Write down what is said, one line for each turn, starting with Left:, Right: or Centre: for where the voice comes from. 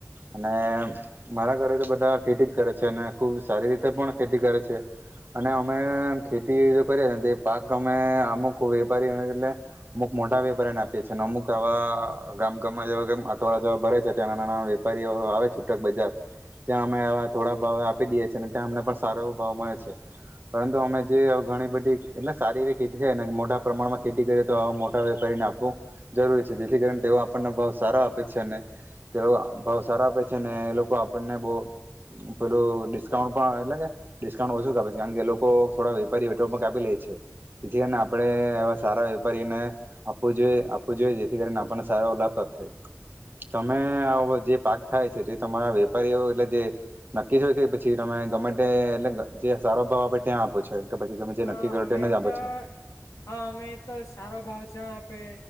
Right: અને મારા ઘરે તો બધા ખેતી જ કરે છે અને ખૂબ સારી રીતે પણ ખેતી કરે છે, અને અમે ખેતી કરીએ પાક અમે અમુક વેપારીઓને એટલે, અમુક મોટા વેપારીને આપીએ છીએ અને અમુક આવા ગામ ગામમાં જેવા અટવાળ જેવા ભરે છે ત્યાં ના નાના વેપારીઓ આવે છૂટક બજાર, ત્યાં અમેવા થોડા ભાવે આપી દઈએ છીએ અને ત્યાં અમને પણ સારો એવો ભાવ મળે છે. પરંતુ અમે જે ઘણી બધી એટલે સારી એવી ખેતી છેને મોટા પ્રમાણમાં ખેતી કરીએ તો આ મોટા વેપારીને આપવું, જરૂરી છે જેથી કાર તેઓ આપણને ભાવ સારા આપે છે ને, તે ભાવ સારા આપે છે ને એ લોકો આપણને બહ પેલું ડિસ્કાઉન્ટ પણ એટલે ડિસ્કાઉન્ટ ઓછુ છે કારણ કે લોકો થોડા વેપારી ી લે છે, તેથી આપડે એવા સારા વેપારીને આપવું જોઈએ. જ જેથી કરીને આપણને સારો લાભ પ્રાપ થાય. તમે આ જે પાક થાય છે તે તમારા વેપારીઓ એટલે જે, નક્કી છે કે પછી તમે ગમેન્ટ એટલે જે સારો ભાવ આપે ત્યાં આપો છો? કે પછી તમે જે
Left: હા
Right: કરો
Left: અમે
Right: તેને જ આપો
Left: તો
Right: છો
Left: હા અમે તો સારો ભાવ જ્યાં આપે,